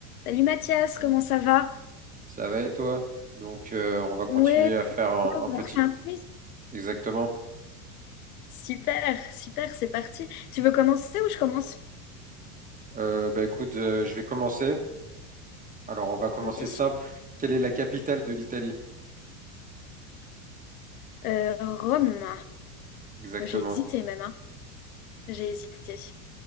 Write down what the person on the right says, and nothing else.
Ça va et toi? Donc, euh, on va continuer
à faire un,
un petit.
Exactement.
Euh, bah écoute, euh, je vais commencer. Alors, on va commencer
simple. Quelle est la capitale de l'Italie?
Exactement.